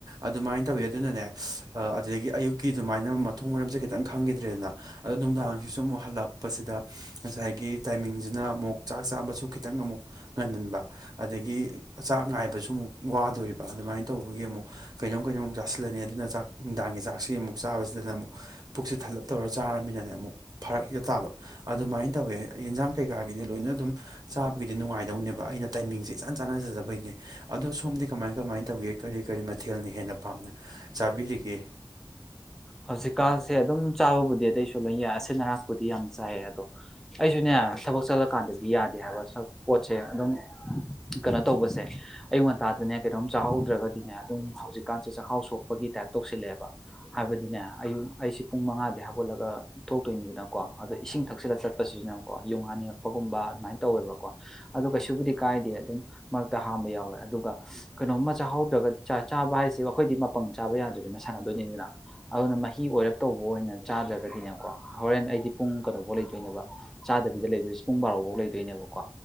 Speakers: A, on the right; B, in the centre.
A: ꯑꯗꯨꯃꯥꯏꯅ ꯇꯧꯋꯦ
B: ꯎꯝ
A: ꯑꯗꯨꯅꯅꯦ ꯑꯗꯨꯗꯒꯤ ꯑꯌꯨꯛꯀꯤ ꯑꯗꯨꯃꯥꯏꯅ ꯃꯊꯣꯡ ꯃꯔꯝꯁꯦ ꯈꯤꯇꯪ ꯈꯪꯈꯤꯗ꯭ꯔꯦꯗꯅ ꯑꯗꯣ ꯅꯨꯡꯗꯥꯡꯁꯤꯁꯨ ꯑꯃꯨꯛ ꯍꯜꯂꯛꯄꯁꯤꯗ ꯉꯁꯥꯏꯒꯤ ꯇꯥꯏꯃꯤꯡꯁꯤꯅ ꯑꯃꯨꯛ ꯆꯥꯛ ꯆꯥꯕꯁꯨ ꯈꯤꯇꯪ ꯑꯃꯨꯛ ꯉꯟꯍꯟꯕ ꯑꯗꯒꯤ ꯆꯥꯛ ꯉꯥꯏꯕ ꯑꯗꯨꯁꯨ ꯑꯃꯨꯛ ꯋꯥꯗꯣꯔꯤꯕ ꯑꯗꯨꯃꯥꯏꯅ ꯇꯧꯕꯒꯤ ꯑꯃꯨꯛ ꯀꯩꯅꯣꯝ ꯀꯩꯅꯣꯝ ꯇꯥꯁꯤꯜꯂꯅꯤ ꯑꯗꯨꯅ ꯆꯥꯛ ꯅꯨꯡꯗꯥꯡꯒꯤ ꯆꯥꯛꯁꯤ ꯑꯃꯨꯛ ꯆꯥꯕꯁꯤꯗꯅ ꯑꯃꯨꯛ ꯄꯨꯛꯁꯤ ꯊꯜꯂꯞ ꯆꯥꯔꯃꯤꯅꯅꯦ ꯑꯃꯨꯛ ꯐꯔꯛ ꯍꯦꯛꯇ ꯇꯥꯕ ꯑꯗꯨꯃꯥꯏꯅ ꯇꯧꯋꯦ ꯌꯦꯟꯁꯥꯡ ꯀꯩꯀꯥꯒꯤꯗꯤ ꯂꯣꯏꯅ ꯑꯗꯨꯝ ꯆꯥꯕꯒꯤꯗꯤ ꯅꯨꯡꯉꯥꯏꯗꯧꯅꯦꯕ ꯑꯩꯅ ꯇꯥꯏꯃꯤꯡꯁꯦ ꯏꯆꯥꯟ ꯆꯥꯟꯅꯖꯗꯕꯩꯅꯦ ꯑꯗꯣ ꯁꯣꯝꯗꯤ ꯀꯃꯥꯏ ꯀꯃꯥꯏ ꯇꯧꯒꯦ ꯀꯔꯤ ꯀꯔꯤ ꯃꯊꯦꯜꯅ ꯍꯦꯟꯅ ꯄꯥꯝꯅ ꯆꯥꯕꯤꯔꯤꯒ
B: ꯍꯧꯖꯤꯛꯀꯥꯟꯁꯦ ꯑꯗꯨꯝ ꯆꯥꯕꯕꯨꯗꯤ ꯑꯇꯩꯁꯨ ꯂꯣꯏ ꯌꯥꯏꯁ ꯑꯔꯥꯛꯄꯨꯗꯤ ꯌꯥꯝ ꯆꯥꯏꯌꯦ ꯑꯗꯣ ꯑꯩꯁꯨꯅꯦ ꯊꯕꯛ ꯆꯠꯂꯀꯥꯟꯗꯗꯤ ꯌꯥꯗꯦ ꯍꯥꯏꯕ ꯄꯣꯠꯁꯦ ꯑꯗꯨꯝ ꯀꯩꯅꯣ ꯇꯧꯕꯁꯦ ꯑꯌꯨꯛ ꯉꯟꯇꯥꯗꯅꯦ ꯀꯩꯅꯣꯝ ꯆꯥꯍꯧꯗ꯭ꯔꯒꯗꯤꯅꯦ ꯑꯗꯨꯝ ꯍꯧꯖꯤꯛꯀꯥꯟꯁꯦ ꯆꯥꯛꯈꯥꯎ ꯁꯣꯛꯄꯒꯤ ꯇꯥꯏꯞ ꯇꯧꯁꯤꯜꯂꯛꯑꯦꯕ ꯍꯥꯏꯕꯗꯤꯅꯦ ꯑꯌꯨꯛ ꯑꯩꯁꯤꯦ ꯄꯨꯡ ꯃꯉꯥꯗꯤ ꯍꯧꯒꯠꯂꯒ ꯊꯣꯛꯇꯣꯏꯅꯤꯗꯅꯀꯣ ꯑꯗꯣ ꯏꯁꯤꯡ ꯊꯛꯆꯤꯜꯂ ꯆꯠꯄꯁꯤꯗꯅꯦꯀꯣ ꯌꯨ ꯉꯥꯅꯤꯡꯉꯛꯄꯒꯨꯝꯕ ꯑꯗꯨꯃꯥꯏꯅ ꯇꯧꯋꯦꯕꯀꯣ ꯑꯗ ꯀꯩꯁꯨꯕꯨꯗꯤ ꯀꯥꯏꯗꯦ ꯑꯗꯨꯝ ꯃꯔꯛꯇ ꯍꯥꯝꯕ ꯌꯥꯎꯋꯦ ꯑꯗꯨꯒ ꯀꯩꯅꯣꯝꯃ ꯆꯥꯍꯧꯗ꯭ꯔꯒꯗꯤ ꯆꯥꯕ ꯍꯥꯏꯁꯦ ꯑꯩꯈꯣꯏꯗꯤ ꯃꯄꯪ ꯆꯥꯕ ꯌꯥꯗꯣꯏꯗꯅ ꯁꯥꯟꯅꯗꯣꯏꯅꯤꯗꯅ ꯑꯗꯨꯅ ꯃꯍꯤ ꯑꯣꯏꯔꯞ ꯇꯧꯕ ꯑꯣꯏꯅ ꯆꯥꯗ꯭ꯔꯒꯗꯤꯅꯦꯕꯀꯣ ꯍꯣꯔꯦꯟ ꯑꯩꯗꯤ ꯄꯨꯡ ꯀꯩꯅꯣꯐꯧ ꯂꯩꯗꯣꯏꯅꯦꯕ ꯆꯥꯗꯕꯤꯗ ꯂꯩꯗꯣꯏꯁꯦ ꯄꯨꯡ ꯕꯥꯔꯣ ꯐꯧ ꯂꯩꯗꯣꯏꯅꯦꯕꯀꯣ